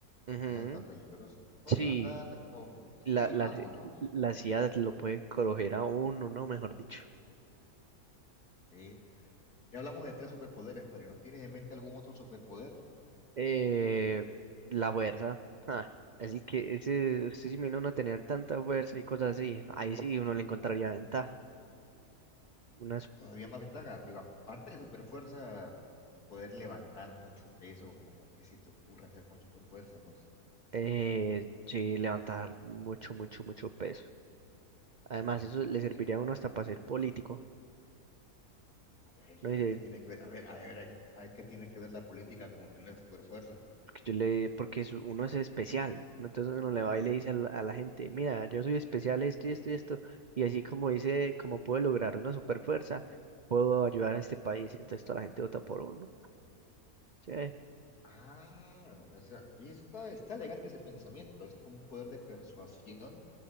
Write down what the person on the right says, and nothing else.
Ujú.
Sí,
la, la,
la CIA lo puede coger a uno, ¿no? Mejor dicho.
Eh, la fuerza. Ah, así que ese, usted se imagina uno tener tanta fuerza y cosas así. Ahí sí uno le encontraría ventaja. Unas,
Eh, sí, levantar mucho, mucho, mucho peso. Además, eso le
serviría a uno hasta para ser político,
¿no? Y
de-
que yo le, porque es- uno es especial, ¿no? Entonces uno le va y le dice a la, a la gente, mira, yo soy especial esto y esto y esto, y así como dice, como puedo lograr una super fuerza, puedo ayudar a este país. Entonces toda la gente vota por uno. Sí,